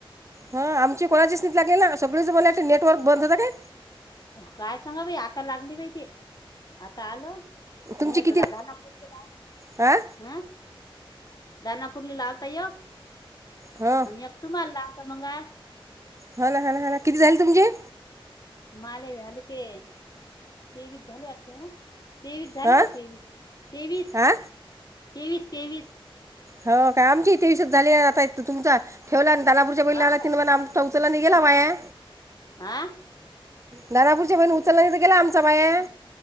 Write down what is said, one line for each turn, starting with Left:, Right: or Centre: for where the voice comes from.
Right: हा आमची कोणाचीच नित लागेल ना सगळीच बला नेटवर्क बंद होत काय.
Left: काय सांगा बाई आता लागली बाई ते आता आलं.
Right: तुमची
Left: <unintelligible>
Right: किती हा
Left: दानापुरली लावता एक
Right: हो
Left: आणि एक तुम्हाला लावता मंगा.
Right: हा ना हा ना हा ना किती झाले तुमचे?
Left: माले झाले ते तेवीस झाले आता. तेवीस झाले
Right: हा
Left: हो तेवीस तेवीस
Right: हा
Left: तेवीस तेवीस.
Right: हो काय आमची तेवीसच झाली आता तुमचा ठेवला आणि दानापूरच्या बहीणला
Left: हो काय
Right: तीन मना ते उचलला आणि गेला वाया.
Left: आं
Right: दादापूरच्या बाईने उचलला नाही तर गेला आमचा वाया